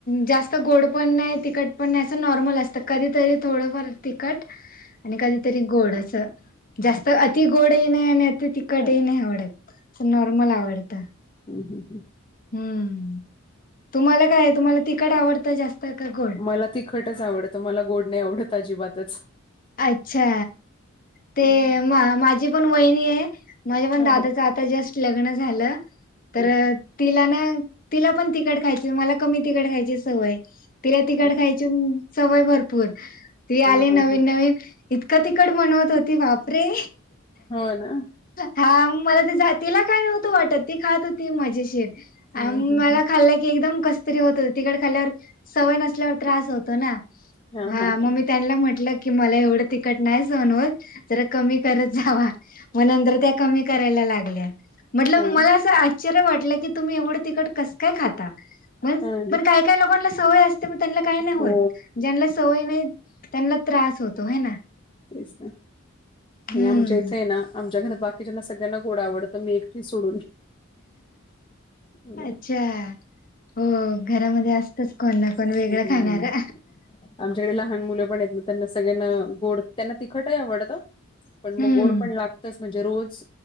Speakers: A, on the left (about 45°); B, on the left (about 25°).
A: जास्त गोड पण नाही. तिखट पण नाही. असं नॉर्मल असतं कधीतरी थोडंफार तिखट.
B: <inaudible>
A: आणि कधीतरी गोड असं जास्त अति गोडही नाही आणि अति तिखटही
B: अच्छा
A: नाही आवडत, नॉर्मल आवडत.
B: हम ह हं.
A: हम्म तुम्हाला काय आहे तुम्हाला तिकट आवडतं जास्त का गोड.
B: मला तिखटच आवडतं मला गोड नाही आवडत अजिबातच
A: अच्छा ते
B: हो
A: म माझी पण वहिणी आहे. माझ्या पण दादाचं
B: हो
A: आता जस्ट लग्न झालं. तर
B: ह
A: तिला ना तिला पण तखट खायची मला कमी तखट खायची सवय -- तिला तिकड
B: अच्छा
A: खायची सवय भरपूर. ती
B: हा
A: आली
B: हा
A: नवीन
B: ह
A: नवीन इतकं तिकड बनवत होती बापरे
B: हो ना
A: हा मला ती जा तिला काय नव्हतं वाटत ती खात होती मजेशीर
B: हम्म हम्म
A: मला
B: हम्म.
A: खाल्ल की एकदम कस कसतरी होत तिखट खाल्यावर सवय नसल्यावर त्रास होतो ना
B: हा
A: हां
B: हा
A: मग
B: ह
A: मी त्यांना म्हटलं कि मला एवढं तिकट नाही सहन होत जरा कमी करत जावा. मग नंतर त्या कमी करायला लागल्या. म्हटल
B: हा
A: मला असं आश्चर्य वाटलं की तुम्ही एवढं तिकट कसं काय खाता? म
B: हा ना
A: पण काही काही लोकांना सवय असते मग त्यांना काही नाही होत.
B: हो
A: ज्यांना सवय नाही त्यांना त्रास होतो हाय ना.
B: तेच ना नाही
A: हम्म.
B: आमच्या इथय ना आमच्या घरात बाकीच्यांना सगळ्यांना गोड आवडतं मी एकटी सोडून. नाही.
A: अच्छा हो. घरामध्ये असतच कोण ना कोण
B: हम्म
A: वेगळं खाणार.
B: आमच्याकडे लहान मुलं पण येत ना त्यांना सगळ्यांना गोड त्यांना तिखटही आवडतं पण मग
A: हम्म
B: गोड पण लागतच. म्हणजे रोज